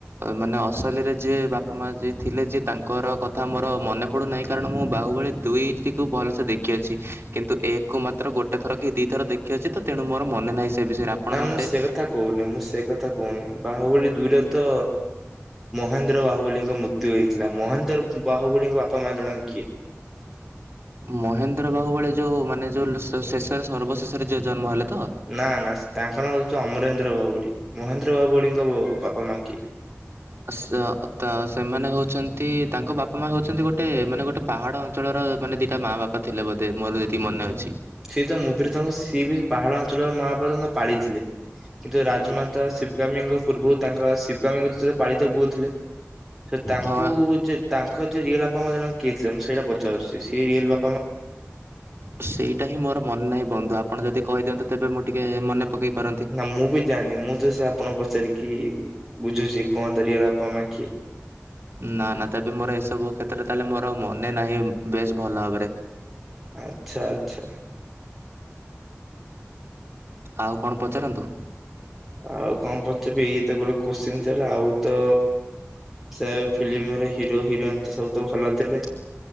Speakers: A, on the right (about 50°); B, in the centre.
A: ମାନେ ଅସଲିରେ ଯିଏ ବାପା ମା ଯିଏ ଥିଲେ ଯିଏ ତାଙ୍କର କଥା ମୋର ମନେ ପଡୁନାହିଁ କାରଣ ମୁଁ ବାହୁବଳି ଦୁଇ ଟିକୁ ଭଲସେ ଦେଖିଅଛି କିନ୍ତୁ ଏକ ମାତ୍ର ଗୋଟେ ଥର କି ଦିଥର ଦେଖିଅଛି ତେଣୁ ମୋର ମନେ ନାହିଁ। ସେ ବିଷୟରେ ଆପଣ
B: ନା ମୁଁ
A: ମୋତେ
B: ସେ କଥା କହୁନି ମୁଁ ସେ କଥା କହୁନି ବାହୁବଳି ଦୁଇରେ ତ ମହେନ୍ଦ୍ର ବାହୁବଳୀଙ୍କ ମୃତ୍ୟୁ ହୋଇଥିଲା ମହେନ୍ଦ୍ର ବାହୁବଳୀଙ୍କ ବାପା ମା ଜଣ କିଏ?
A: ମହେନ୍ଦ୍ର ବାହୁ ଭଳି ଯୋଉ ମାନେ ଯୋଉ ଶେଷରେ ସର୍ବଶେଷରେ ଯୋଉ ଜନ୍ମ ହେଲେ। ତ?
B: ନା ନା ତାଙ୍କ ନାଁ ହଉଛି ଅମରେନ୍ଦ୍ର ବାହୁବଳି ମହେନ୍ଦ୍ର ବାହୁବଳିଙ୍କ ବାପା ମା କିଏ?
A: ଆସ। ତ ସେମାନେ ହଉଛନ୍ତି ତାଙ୍କ ବାପା ମା ହଉଛନ୍ତି ଗୋଟେ ମାନେ ଗୋଟେ ପାହାଡ ଅଞ୍ଚଳର ମାନେ ଦିଟା ମା ବାପା। ଥିଲେ ବୋଧେ ମୋର ଯଦି ମନେ ଅ
B: ସିଏ ତ ମୁଭିିର ତାଙ୍କୁ ସିଏ ବି ପାହାଡ଼ ଅଞ୍ଚଳ ମା ବାପା ତାଙ୍କୁ ପାଳିଥିଲେ। କିନ୍ତୁ ରାଜମାତା ଶିବଗାମୀଙ୍କ ପୂର୍ବରୁ ତାଙ୍କ ଶି ଗାମୀ ପାଳିତ ବୋଉଥିଲେ ସେ ତାଙ୍କୁ
A: ହଁ।
B: ଯେ ତାଙ୍କ ଯେ ରିୟଲ ଆପଣ କିଥିଲେ ମୁଁ ସେଇଟା ପଚାରୁଛି ସିଏ ରିଅଲ ବା
A: ସେଇଟା ହିଁ ମୋର ମନେ ନାହିଁ ବନ୍ଧୁ ଆପଣ ଯଦି କହି ଦିଅନ୍ତେ ତେବେ ମୁଁ ଟିକେ ମନେ ପକେଇ ପାରନ୍ତି।
B: ନା ମୁଁ ବି ଜାଣିନି ମୁଁ ତ ସେ ଆପଣଙ୍କୁ ପଚାରିକି ବୁଝୁଛି କଣ ଧରିଗଲା ଆପଣ ମା <unintelligible>
A: ନା ନା ତେବେ ମୋର ଏସବୁ କ୍ଷେତ୍ରରେ ତାହେଲେ ମୋର ମନେ ନାହିଁ ବେଶ ଭଲ ଭାବରେ।
B: ଆଛା ଆଚ୍ଛା।
A: ଆଉ କଣ ପଚାରନ୍ତୁ।
B: ଆଉ କଣ ପଚାବୀ ଏଇ ତ ଗୋଟେ କୋଶ୍ଚିିନ ଥେଲା ଆଉ ତ ସେ ଫିଲ୍ମରେ ହିରୋ ହିରୋଇନ ତ ସବୁ ତ ଭଲ ଥିଲେ।